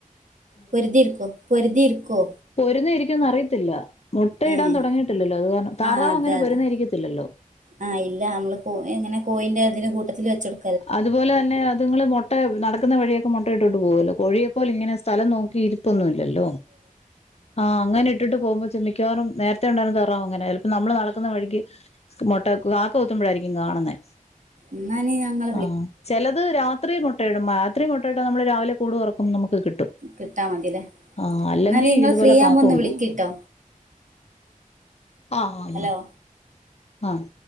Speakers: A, on the right; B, on the left.
A: പൊര്തി ഇര്ക്കോ? പൊര്തി ഇര്ക്കോ?
B: പൊരിന്നി ഇരിക്കോന്ന് അറിയത്തില്ല മുട്ടയിടാൻ
A: ഏഹ്
B: തൊടങ്ങിട്ട് ഇല്ലല്ലോ? അത് കാരണം താറാവ്
A: ആഹ് അതെ
B: അങ്ങനെ
A: അതെ
B: പൊരുന്നിയിരിക്കത്തില്ലല്ലോ?
A: ആഹ് ഇല്ല അമ്മെൾ കോഴി എങ്ങനെ കോഴിന്റെ ഇതിന് കൂട്ടത്തിൽ വെച്ചൊട്
B: അതു പോലെ തന്നെ അത് ഇങ്ങെൾ മൊട്ട നടക്ക്ന്ന വഴി ഒക്കെ മൊട്ട ഇട്ടിട്ട് പോവു അല്ലോ കോഴിയെ പോലെ ഇങ്ങനെ സ്ഥലം നോക്കി ഇരി ത്തൊന്നും ഇല്ലല്ലോ? ആഹ് അങ്ങനെ ഇട്ടിട്ട് പോവുമ്പോ <unintelligible> മിക്കവാറും നേര്ത്തെ ഉണ്ടായിരുന്ന തറാവും അങ്ങനെ ചെൽപ്പം നമ്മെൾ നടക്കുന്ന വഴിക്ക് മൊട്ടയൊക്കെ കാക്ക കൊത്തുമ്പഴായിരിക്കും കാണുന്നെ.
A: ഇന്നാ ഇഞ്ഞ് ഞങ്ങ
B: ആഹ് ചെലത് രാത്രി മൊട്ടയിടും ആത്രി മൊട്ടയിട്ടാ നമ്മൾ രാവിലെ കൂട് തൊറക്കും നമുക്ക് കിട്ടും.
A: കിട്ടാ മതില്ലേ
B: ആഹ് അല്ലെങ്കി
A: എന്നാല് നിങ്ങള്
B: ഇതുപോലെ
A: ഫ്രീ
B: കാക്ക
A: ആകുമ്പോ ഒന്ന്
B: കൊണ്ടോവും.
A: വിളിക്കിട്ടോ
B: ആഹ് ആഹ് ആന്ന്
A: ഹലോ
B: ആഹ്.